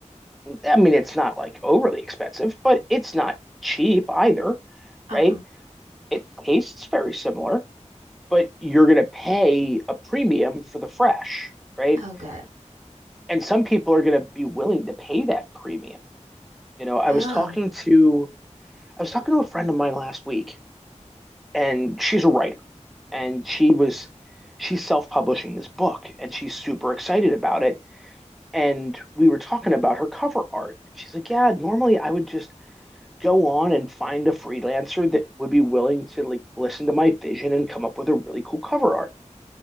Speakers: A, in the centre; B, on the right (about 80°).
A: I mean, it's not like overly expensive, but it's not cheap either,
B: uh-huh
A: right? It tastes very similar, but you're going to pay a premium for the fresh, right?
B: okay
A: And some people are going to be willing to pay that premium. You know, I
B: oh
A: was talking to I was talking to a friend of mine last week, and she's a writer, and she was she's self-publishing this book, and she's super excited about it. And we were talking about her cover art. She's like, "Yeah, normally I would just go on and find a freelancer that would be willing to like listen to my vision and come up with a really cool cover art.